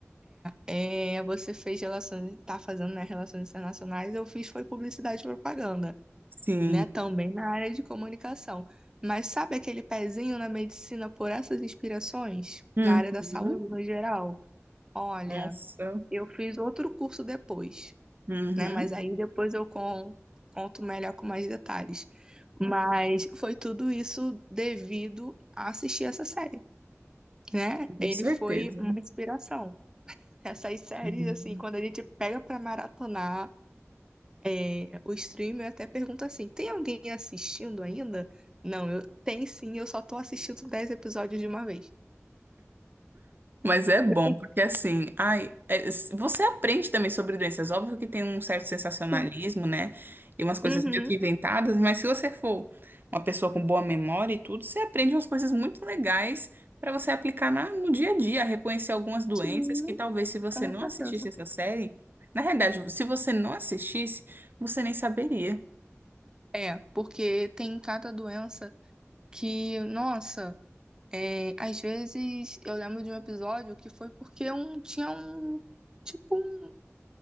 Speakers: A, on the right; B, on the right.
A: É, é, você fez relações, tá fazendo, né, relações internacionais, eu fiz foi publicidade e propaganda,
B: Sim.
A: né, também na área de comunicação. Mas sabe aquele pezinho na medicina por essas inspirações?
B: Uhum.
A: Na área da saúde no geral? Olha,
B: Nossa.
A: eu fiz outro curso depois,
B: Uhum.
A: né, mas aí depois eu con- conto melhor com mais detalhes. Mas foi tudo isso devido a assistir essa série, né?
B: Com
A: Ele
B: certeza.
A: foi uma inspiração. Essas séries,
B: Sim.
A: assim, quando a gente pega pra maratonar, é, o streamer até pergunta assim: tem alguém assistindo ainda? Não, eu tem sim, eu só tô assistindo 10 episódios de uma vez.
B: Mas é
A: <laughs>
B: bom,
A: Eu tô
B: porque assim, ai, é- s- você aprende também sobre doenças. Óbvio que tem um certo sensacionalismo,
A: assim,
B: né? E umas coisas
A: Uhum,
B: meio que inventadas, mas se você for uma pessoa com boa memória e tudo, você aprende umas coisas muito legais para você aplicar na- no dia a dia, reconhecer algumas doenças
A: sim,
B: que talvez se você
A: com
B: não
A: certeza.
B: assistisse essa série, na realidade, se você não assistisse, você nem saberia.
A: É, porque tem cada doença que, nossa, é, às vezes eu lembro de um episódio que foi porque um, tinha um, tipo um